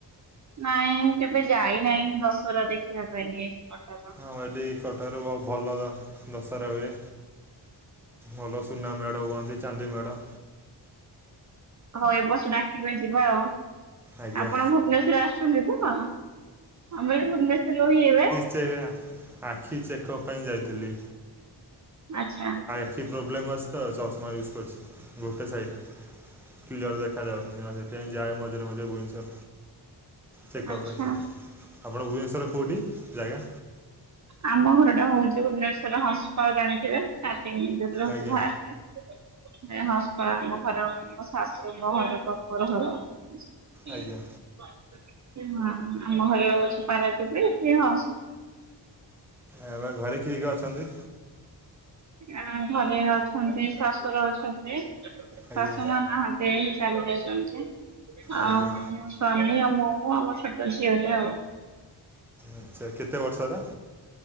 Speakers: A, on the right; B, in the centre.
A: ନାଇଁ ମୁଁ କେବେ ଯାଇନାହିଁ ଦଶହରା ଦେଖିବା ପାଇଁ କି କଟକ।
B: ଆଉ ଏଠି କଟକରେ ବ ଭଲ ଜା ଦଶହରା ହୁଏ ଭଲ ସୁନା ମେଢ ହୁଅନ୍ତି ଚାନ୍ଦି ମେଢ।
A: ହୋଉ ଏ ବର୍ଷ ଡାକିବେ ଯିବା ଆଉ
B: ଆଜ୍ଞା
A: ଆପଣ ଭୁବନେଶ୍ୱର ଆସୁଛନ୍ତି ତ? ଆମେ ଭୁବନେଶ୍ୱର ରେ ରହି ଏବେ।
B: ସେଇଆ ଆଖି ଚେକଅପ୍ ପାଇଁ ଯାଇଥିଲି।
A: ଆଚ୍ଛା।
B: ଖି ପ୍ରୋବ୍ଲେମ୍ ଅଛି ତ ଚଶମା ୟୁଜ୍ କରିଛି ଗୋଟେ ସାଇଡ଼ କ୍ଲିଅର ଦେଖାଯାଉନି ଆ ସେ- ସେମିତି ଯାଏ ମଝିରେ ମ ଭୁବନେଶ୍ୱର ଚେକପ୍
A: ଆଚ୍ଛା
B: ପାଇଁ। ଆପଣ ଭୁବନେଶ୍ୱର କୋଉଁଠି ଜାଗା?
A: ଆମ ଘର ଟା ହୋଉଛି ଭୁବନେଶ୍ଵର ହସପା ଜାଣିଥିବେ। <unintelligible>
B: ଆଜ୍ଞା
A: ହସ୍ପା ଆମ ମୋ ଘର ଶାଶୁ ଘର ପ୍ରପର ଘର ହଁ
B: ଆଜ୍ଞା
A: ଆମ ଘର ଅବଶ୍ୟ ପାରାଦୀପ ସେଏ ହଁ।
B: ଏ ବା ଘରେ କିଏ କି ଅଛନ୍ତି?
A: ଆ ଘରେ ଅଛନ୍ତି ଶଶୁର ଅଛନ୍ତି ଶାଶୁ
B: ଆଜ୍ଞା
A: ମା ନାହା ସେ ହେଲେ ଚାଲି ଯାଇଛନ୍ତି ଆଉ
B: ଆଜ୍ଞା
A: ସ୍ୱାମୀ ଆଉ ମୁଁ ଆମ ଛୋଟ ଝିଅଟେ ହବ।
B: ଆଚ୍ଛା କେତେ ବର୍ଷର?